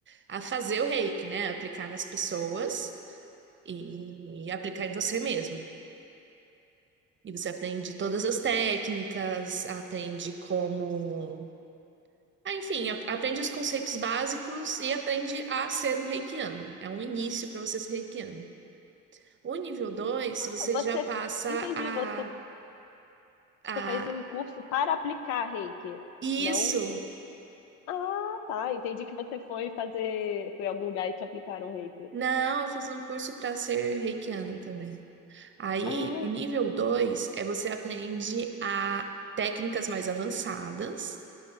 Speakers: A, on the right; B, on the left.
A: a fazer o reiki, né? Aplicar nas pessoas e, aplicar em você mesmo. E você aprende todas as técnicas, aprende como. Ah, enfim, a- aprende os conceitos básicos e aprende a ser um reikiano. É um início para você ser reikiano. O nível 2 você
B: Ah, Você,
A: já passa
B: entendi,
A: a,
B: você,
A: a...
B: você fez um curso para aplicar reiki,
A: Isso!
B: não... Ah, tá, entendi que você foi fazer, foi em algum lugar e te aplicaram reiki.
A: Não, eu fiz um curso para ser reikiana também. Aí,
B: Ai,
A: o nível 2 é você aprende a técnicas mais avançadas